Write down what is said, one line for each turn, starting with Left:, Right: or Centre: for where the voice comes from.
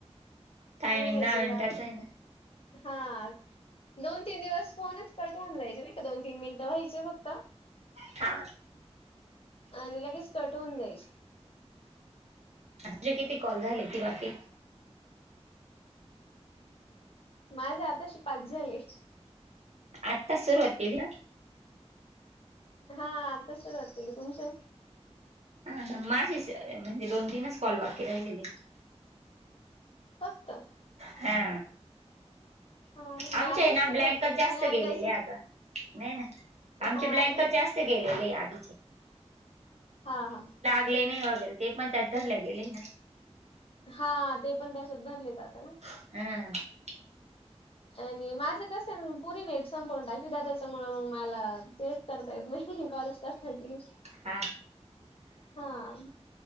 Right: टायमिंग
Left: होनई
Right: दहा
Left: शक
Right: मिनिटाच आहे ना?
Left: हा दोन तीन दिवस फोनच कट होऊन जायचे नाही का दोन तीन मिनिटं व्हायचेय फक्त
Right: हा
Left: आणि लगेच कट होऊन जायची
Right: आे किती कॉल झाली ती बाकी
Left: माझे आताश पाच झाले
Right: आत्ताच सुरुवात केली का
Left: हा आता सुरुवात केली तुमचे
Right: हा ह माझी म्हणजे दोन तीनच कॉल बाकी राहिलेली
Left: फक्त
Right: हा.
Left: हा मी
Right: आमच्या
Left: आताच
Right: ना,
Left: सुरुवात
Right: ब्लँकच
Left: केली
Right: जास्त
Left: ना आणि
Right: गेलेले
Left: त्याच
Right: अगं. नाही ना. आमचे
Left: हा
Right: ब्लँकच
Left: ना
Right: जास्त गेलेले, आधीचे.
Left: हा, हा.
Right: <unintelligible> वगैरे. ते पण त्यात धरलं गेले ना.
Left: हा, ते पण त्याच्यात धरले जात ना.
Right: <unintelligible>
Left: आणि माझं कस, पुरी नेट संपवून टाकीदा त्याच्यामुळं मग मला, तेच करता येत नाही. <unintelligible> कॉलच करता येत.
Right: हा
Left: हा.